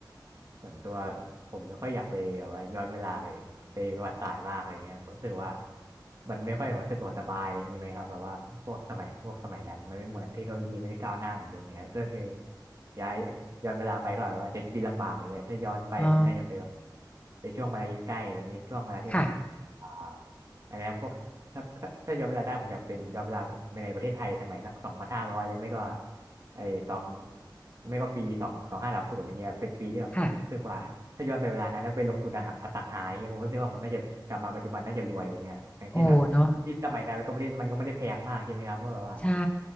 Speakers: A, on the right; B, on the left.
A: ส่วนตัวผมไม่ค่อยอยากไปแบบว่าย้อนเวลาไปไปประวัติศาสตร์มากอะไรเงี้ยผมรู้สึกว่ามันไม่ค่อยแบบว่าสะดวกสบายอะไรอย่างนี้ไหมครับแบบว่าพวกสมัยพวกสมัยนั้นมันไม่เหมือนเทคโนโลยีไม่ได้ก้าวหน้าเหมือนยุคเนี้ยก็คือย้ายย้อนเวลาไปก็แบบว่าจะชีวิตลำบากอะไรเงี้ยถ้าย้อนไปผมน่าจะไปแบบ
B: อ๋อ
A: ไปช่วงเวลาใกล้ๆอะไรเงี้ยช่วงเวลาที่แบบ
B: ค่ะ
A: อ่าอันเนี้ยพวกถ้าถ้าถ้าย้อนเวลาได้ผมอยากเป็นย้อนเวลาไปในประเทศไทยสมัยสักสองพันห้าร้อยเลยไม่ก็ ไอ้สองไม่ก็ปีสองสองห้าสามศูนย์อย่างเงี้ยเป็นปีที่แบบผมรู้สึกว่าถ้าย้อนไปเวลานั้นแล้วไปลงทุนอสังหาอย่างเงี้ยผมก็คิดว่าผมน่าจะกลับมาปัจจุบันน่าจะรวยอะไรเงี้ยอย่างเช่นแบบที่สมัยนั้นมันก็ไม่ได้มันก็ไม่ได้แพงมากใช่ไหมครับก็แบบว่า
B: ค่ะโอ้เนาะใช่